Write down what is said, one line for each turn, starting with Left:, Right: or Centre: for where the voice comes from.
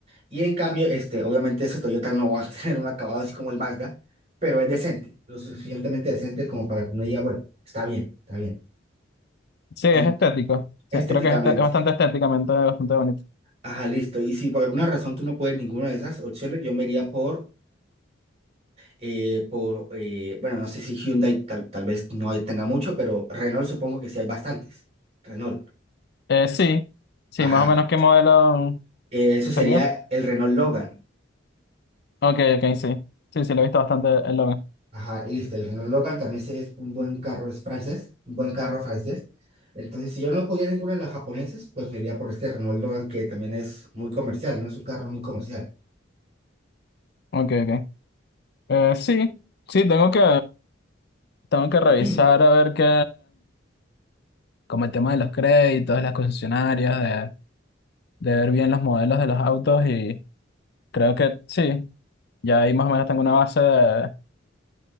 Right: Y en cambio, este, obviamente ese Toyota no va a <laughs> tener un acabado así como el Mazda, pero es decente, lo suficientemente decente como para que uno diga, bueno, está bien, está bien,
Left: Sí, es
Right: En-
Left: estético, sí,
Right: estéticamente.
Left: creo que es, este- es bastante estéticamente, bastante bonito.
Right: Ajá, listo. Y si por alguna razón tú no puedes ninguna de esas opciones, yo me iría por, eh, por eh, bueno, no sé si Hyundai tal, tal vez no hay- tenga mucho, pero Renault supongo que sí hay bastantes. Renault.
Left: Eh, sí, sí,
Right: Ajá.
Left: más o menos qué modelo
Right: Eh, eso
Left: sería.
Right: sería el Renault Logan.
Left: Ok, ok, sí, sí, sí, lo he visto bastante el logo.
Right: Ajá, y listo, el Renault Logan también se- es un buen carro, es francés, un buen carro francés. Entonces, si yo no podía ninguna de las japonesas, pues me iría por este Renault Logan que también es muy comercial, ¿no? Es un carro muy comercial.
Left: Ok, ok. Eh, sí, sí, tengo que, tengo que revisar
Right: <clears throat>
Left: a ver qué, como el tema de los créditos, de las concesionarias, de, de ver bien los modelos de los autos y creo que sí, ya ahí más o menos tengo una base de,